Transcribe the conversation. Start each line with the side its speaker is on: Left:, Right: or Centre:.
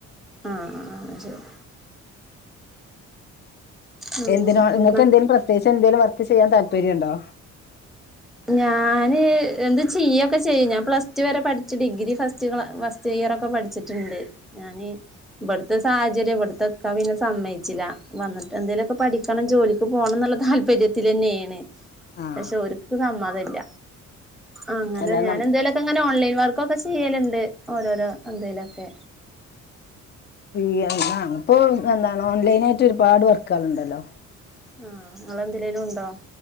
Centre: ആ ആ ശരി അങ്ങനെ
Left: എന്തിനോ നിങ്ങൾക്ക്
Centre: ഉം
Left: എന്തേലും പ്രത്യേകച്ച് എന്തിലും ചെയ്യാൻ താല്പര്യം മുണ്ടോ
Centre: ഞാന് എന്ത് ചെയ്യൊക്കെ ചെയ്യും ഞാൻ പ്ലസ് ടു വരെ പഠിച്ചു ഡിഗ്രി ഫസ്റ്റ് ഫസ്റ്റ് ഇയർ ഒക്കെ പഠിച്ചിട്ടുണ്ട് ഞാന് ഇവിടുത്തെ സാഹചര്യം ഇവിടത്തെ ഇക്ക പിന്നെ സമ്മയിച്ചില്ല വന്നിട്ട് എന്തേലുമൊക്കെ പഠിക്കണം ജോലിക്ക് പോകണം എന്നുള്ള താല്പര്യത്തി തന്നെയാണ്
Left: ആഹ്
Centre: പക്ഷെ ഒരു നമ്മതില്ല അങ്ങനെ
Left: അല്ല
Centre: ഞാനെന്തായാലുംക്കെ
Left: നം
Centre: അങ്ങനെ ഓൺലൈൻ വർ ക്കൊക്കെ ചെയ്യലുണ്ട് ഓരോരോ എന്തേലും ഒക്കെ
Left: <unintelligible> അപ്പോ എ ഓൺലൈന ആയിട്ട് ഒരുപാട് വർക്കൾണ്ടല്ലോ
Centre: ആഹ ങ്ങെന്തിലേലും ഉണ്ടോ